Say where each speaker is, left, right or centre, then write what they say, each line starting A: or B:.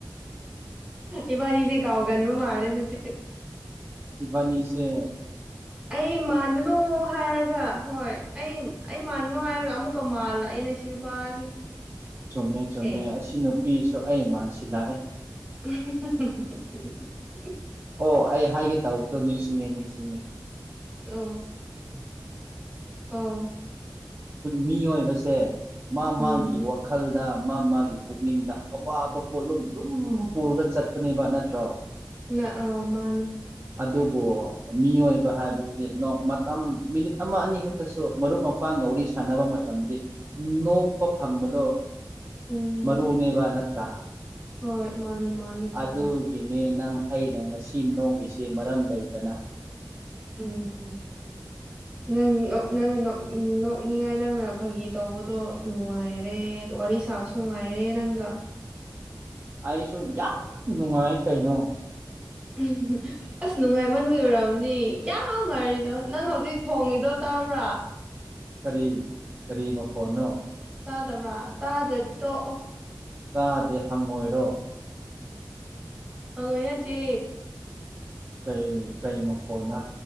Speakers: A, on the right; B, on the right.
A: ꯏꯕꯥꯅꯤꯁꯦ ꯀꯥꯎꯒꯟꯕ ꯃꯥꯜꯂꯦ ꯑꯗꯨꯗꯤ
B: ꯕꯅꯤꯁꯦ
A: ꯑꯩ ꯃꯥꯟꯒꯅꯨ ꯍꯥꯏꯔꯒ ꯍꯣꯏ ꯑꯩ ꯑꯩ ꯃꯥꯟꯅꯤꯡꯅꯣ ꯍꯥꯏꯔꯒ ꯑꯃꯨꯛꯀ ꯃꯥꯜꯂꯛꯏꯅꯦ ꯁꯤ ꯅꯨꯄꯥꯁꯦ
B: ꯆꯨꯝꯃꯦ ꯆꯨꯝꯃꯦ
A: ꯑꯦ
B: ꯑꯁꯤ ꯅꯨꯄꯤꯁꯨ ꯑꯩ ꯃꯥꯥꯟꯁꯤ ꯂꯥꯛꯑꯦ
A: <inaudible>
B: ꯑꯣ ꯑꯩ ꯍꯥꯏꯒꯦ ꯇꯧꯕꯗꯣ ꯅꯤꯡꯁꯤꯡꯉꯦ ꯅꯤꯡꯁꯤꯡꯉꯦ
A: ꯑ ꯑꯥꯎ
B: ꯃꯤꯏꯕꯁꯦ ꯃꯥ
A: ꯎꯝ
B: ꯃꯥꯒꯤ ꯋꯥꯈꯜꯗ ꯃꯥ ꯃꯥꯒꯤ ꯄꯨꯛꯅꯤꯡꯗ ꯑꯋꯥꯕ ꯄꯣꯠꯂꯨꯝ ꯑꯗꯨꯝ ꯄꯨꯔꯒ ꯆꯠꯄꯅꯦꯕ ꯅꯠꯇ꯭ꯔꯣ
A: ꯅ ꯑꯥ ꯃꯥꯅꯦ
B: ꯑꯗꯨꯕꯨ ꯃꯤꯑꯣꯏꯕ ꯍꯥꯏꯕꯁꯤꯗꯤ ꯃꯇꯝ ꯃꯤꯅꯤꯠ ꯑꯃ ꯑꯅꯤ ꯈꯛꯇꯁꯨ ꯃꯔꯨꯞ ꯃꯄꯥꯡꯒꯧꯔꯤ ꯁꯥꯟꯅꯕ ꯃꯇꯝꯗ ꯅꯣꯛꯄ ꯐꯪꯕꯗꯣ
A: ꯎꯝ
B: ꯃꯔꯨꯅꯦꯕ ꯅꯠꯇ꯭ꯔꯥ
A: ꯍꯣꯏ ꯃꯥꯅꯤ ꯃꯥꯅꯤ ꯆꯨꯝꯃꯤ
B: ꯑꯗꯨꯒꯤꯅꯦ ꯅꯪ ꯑꯩꯅ ꯉꯁꯤ ꯅꯣꯛꯂꯤꯁꯤꯦ ꯃꯔꯝ ꯂꯩꯇꯅ
A: ꯎꯝ ꯅꯪ ꯅꯪꯅ ꯅꯣꯛꯅꯤꯡꯉꯥꯏ ꯅꯪꯅ ꯐꯥꯒꯤ ꯇꯧꯕꯗꯣ ꯅꯨꯡꯉꯥꯏꯔꯦ ꯑ ꯋꯥꯔꯤ ꯁꯥꯕꯁꯨ ꯅꯨꯡꯉꯥꯏꯔꯦ ꯄꯂꯌꯦꯅꯒ
B: ꯑꯩꯁꯨ ꯌꯥꯝ ꯅꯨꯡꯉꯥꯏ ꯀꯩꯅꯣ
A: ꯎꯝ ꯑꯁ ꯅꯨꯡꯉꯥꯏꯃꯟꯕꯒꯤ ꯑꯣꯏꯔꯕꯅꯤ ꯌꯥꯝ ꯍꯥꯏꯔꯤꯗꯣ ꯅꯪ ꯍꯧꯖꯤꯛ ꯈꯣꯡꯉꯤꯗꯣ ꯇꯥꯕ꯭ꯔꯥ
B: ꯀꯔꯤ ꯀꯔꯤ ꯃ ꯐꯣꯟꯅꯣ
A: ꯇꯥꯗꯕ꯭ꯔꯥ ꯇꯥꯗ꯭ꯔꯗꯤ ꯇꯣꯛꯑꯣ
B: ꯇꯥꯗꯦ ꯍꯪꯉꯣꯏꯔꯣ
A: ꯍꯪꯉꯣꯏ ꯅꯠꯇꯦ
B: ꯀꯩ ꯀꯩ ꯃ ꯐꯣꯟꯅ